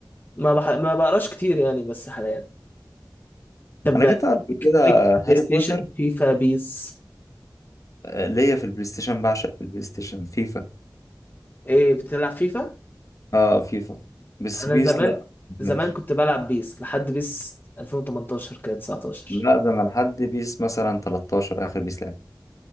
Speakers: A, on the left (about 25°); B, on the left (about 45°).
A: ما بح... ما بقراش كتير يعني بس حاليا طب
B: انا
A: ليك
B: جيت اقرا قبل كده
A: ليك بلاي
B: هاري
A: ستيشن
B: بوتر
A: فيفا بيس
B: آه، ليا في البلاي ستيشن بعشق البلاي ستيشن فيفا
A: إيه بتلعب فيفا؟
B: اه فيفا بس
A: انا
B: بيس
A: زمان
B: لا مبحبهاش.
A: زمان كنت بلعب بيس لحد بيس 2018 كده 19
B: لا ده انا لحد بيس مثلا 13 اخر بيس لعب